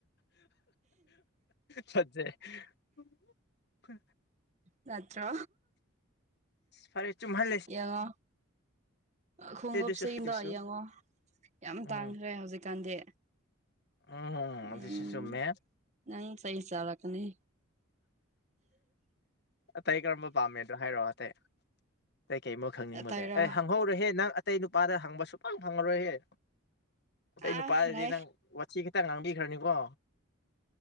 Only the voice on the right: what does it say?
ꯅꯠꯇ
ꯌꯥꯉ ꯈꯣꯡꯎꯞꯁꯤꯗꯣ
ꯌꯦꯡꯉꯣ ꯌꯥꯝ
ꯇꯥꯡꯈ꯭ꯔꯦ ꯍꯧꯖꯤꯛꯀꯥꯟꯗꯤ
ꯎꯝ
ꯅ ꯁꯩ ꯆꯂ ꯀꯅꯤ
ꯇꯥꯏꯔꯣ
ꯑ
ꯂꯩ